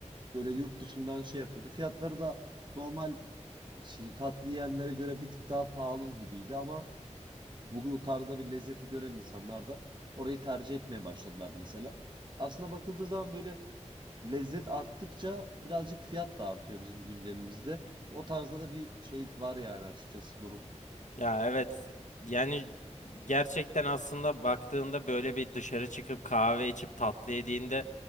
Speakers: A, on the right; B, on the left.
A: böyle yurt dışından şey yapıyordu. Fiyatları da normal şey, tatlı yiyenlere göre bir tık daha pahalı gibiydi ama bu tarzda bir lezzeti gören insanlar da orayı tercih etmeye başladılar mesela. Aslında bakıldığı zaman böyle lezzet arttıkça birazcık fiyat da artıyor bizim gündemimizde. O tarzda da bir şey var yani açıkçası durum.
B: Ya evet yani gerçekten aslında baktığında böyle bir dışarı çıkıp kahve içip tatlı yediğinde